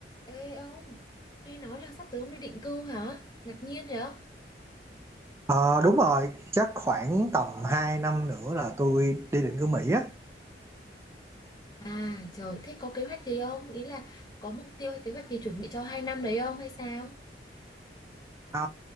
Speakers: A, on the left; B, on the right.
A: Ê ông, nghe nói là sắp tới ông đi định cư hả? Ngạc nhiên vậy?
B: Ờ, đúng rồi, chắc khoảng tầm 2 năm nữa là tôi đi định cư Mỹ á.
A: À trời, thế có kế hoạch gì không? Ý là có mục tiêu hay kế hoạch gì chuẩn bị cho hai năm đấy không hay sao?
B: Ờ,